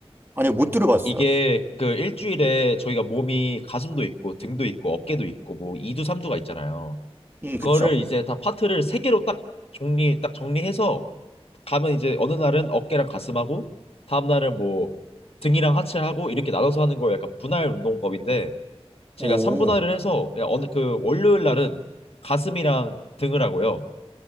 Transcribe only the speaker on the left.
이게 그 일주일에 저희가 몸이 가슴도 있고 등도 있고 어깨도 있고 뭐 2두 3두가 있잖아요.
그거를
이제 다 파트를 세 개로 딱 정리 딱 정리해서 가면 이제 어느 날은 어깨랑 가슴하고 다음 날은 뭐 등이랑 하체하고 이렇게 나눠서 하는 거 약간 분할 운동법인데 제가
3분할을 해서 그냥 어느 그 월요일 날은 가슴이랑 등을 하고요.